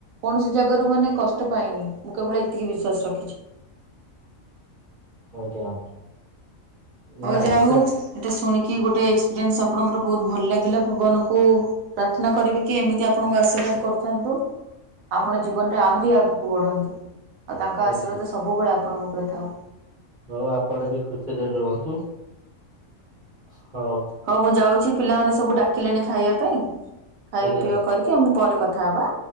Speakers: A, on the right; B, on the right.
A: କୌଣସି ଜାଗାରୁ ମାନେ କଷ୍ଟ ପାଇନି ମୁଁ କେବଳ ଏତିକି ବିଶ୍ୱାସ ରଖିଛି।
B: ଆଜ୍ଞା।
A: ହଉ
B: ନାଇଁ
A: ଯାହା ହଉ
B: ସେ
A: ସେଇଟା ଶୁଣିକି ଗୋଟେ ଏକ୍ସପିରିଏନ୍ସ ଆପଣଙ୍କର ବହୁତ ଭଲ ଲାଗିଲା ଭଗବାନଙ୍କୁ ପ୍ରାର୍ଥନା କରିବି କି ଏମିତି ଆପଣଙ୍କୁ ଆଶୀର୍ବାଦ କରୁଥାନ୍ତୁ। ଆପଣ ଜୀବନରେ ଆହୁରି ଆଗକୁ ବଢନ୍ତୁ ଆଉ ତାଙ୍କ
B: ଆଜ୍ଞା
A: ଆଶୀର୍ବାଦ ସବୁବେଳେ ଆପଣଙ୍କ ଉପରେ ଥାଉ।
B: ହଉ ଆପଣ ବି ଖୁସିରେ ରୁହନ୍ତୁ। ହଁ।
A: ହଁ ମୁଁ ଯାଉଚି ପିଲାମାନେ ସବୁ ଡାକିଲେଣି ଖାଇବା ପାଇଁ ଖାଇବା
B: ଆଜ୍ଞା।
A: ପିଇବା କରିକି ଆମେ ପରେ କଥା ହବା।